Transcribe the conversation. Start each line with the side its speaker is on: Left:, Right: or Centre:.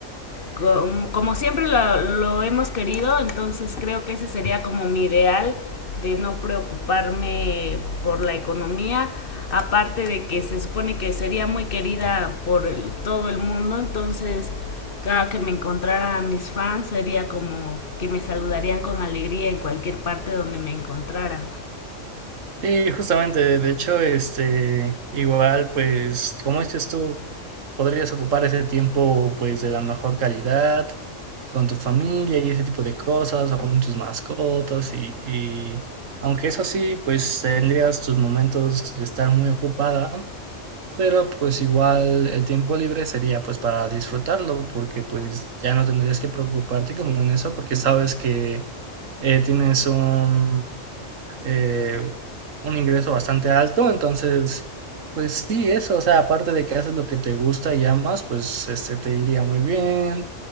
Left: com- como siempre lo, lo hemos querido, entonces creo que ese sería como mi ideal de no preocuparme por la economía, aparte de que se supone que sería muy querida por el- todo el mundo, entonces cada que me encontrara a mis fans sería como que me saludarían con alegría en cualquier parte donde me encontrara.
Right: Sí, justamente, de hecho, este, igual, pues, como dices tú, podrías ocupar ese tiempo, pues, de la mejor calidad con tu familia y ese tipo de cosas, o con tus mascotas, y, y aunque eso sí, pues, tendrías tus momentos de estar muy ocupada, pero, pues, igual el tiempo libre sería, pues, para disfrutarlo, porque, pues, ya no tendrías que preocuparte como en eso, porque sabes que eh, tienes un eh, un ingreso bastante alto, entonces, pues sí, eso, o sea, aparte de que haces lo que te gusta y amas, pues este te iría muy bien